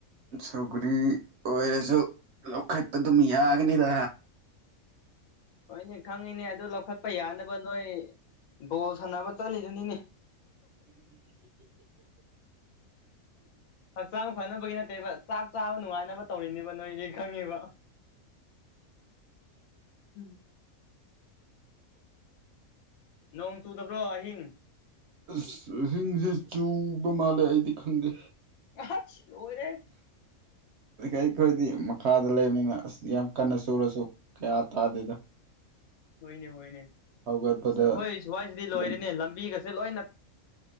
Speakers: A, on the right; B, on the left.
A: ꯁꯧꯒꯔꯤ ꯑꯣꯏꯔꯁꯨ ꯂꯧꯈꯠꯄ ꯑꯗꯨꯝ ꯌꯥꯒꯅꯤꯗ
B: ꯍꯣꯏꯅꯦ ꯈꯪꯉꯤꯅꯦ ꯑꯗꯨ ꯂꯧꯈꯠꯄ ꯌꯥꯅꯕ ꯅꯣꯏ ꯕꯣꯜ ꯁꯥꯟꯅꯕ ꯆꯠꯂꯤꯗꯨꯅꯤꯅꯦ ꯍꯛꯆꯥꯡ ꯐꯅꯕꯒꯤ ꯅꯠꯇꯦꯕ ꯆꯥꯛ ꯆꯥꯕ ꯅꯨꯡꯉꯥꯏꯅꯕ ꯇꯧꯔꯤꯅꯦꯕ ꯅꯣꯏꯗꯤ ꯈꯪꯉꯤꯕ ꯎꯝ ꯅꯣꯡ ꯇꯨꯗꯕ꯭ꯔꯣ ꯑꯍꯤꯡ
A: ꯑ ꯁꯤꯡꯁꯦ ꯆꯨꯕ ꯃꯥꯜꯂꯦ ꯑꯩꯗꯤ ꯈꯪꯗꯦ
B: ꯑꯁ ꯂꯣꯏꯔꯦ
A: ꯑꯩꯈꯣꯏꯗꯤ ꯃꯈꯥꯗ ꯂꯩꯕꯅꯤꯅ ꯑꯁ ꯌꯥꯝ ꯀꯟꯅ ꯁꯨꯔꯁꯨ ꯀꯌꯥ ꯇꯥꯗꯦꯗ
B: ꯍꯣꯏꯅꯦ ꯍꯣꯏꯅꯦ
A: ꯍꯧꯒꯠꯄꯗ
B: ꯑꯁ ꯑꯩꯈꯣꯏ ꯁꯋꯥꯏꯁꯤꯗꯤ ꯂꯣꯏꯔꯤꯅꯦ
A: ꯂꯝ
B: ꯂꯝꯕꯤꯒꯁꯦ ꯂꯣꯏꯅ